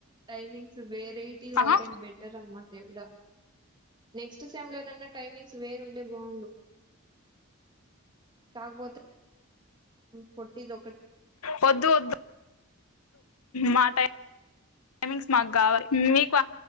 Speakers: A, on the right; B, on the left.
A: టైమింగ్స్ వేరైటిగా
B: ఆహా
A: ఉంటే బెటర్ అమ్మ దేవుడ నెక్స్ట్ సెమ్ లోనన్న టైమింగ్స్ వేరుంటె బావుండు కాక్పోతే పొట్టిది ఒకట్
B: వద్దు వద్దు మా టైం టైమింగ్స్ మాకు కావాలి మీక్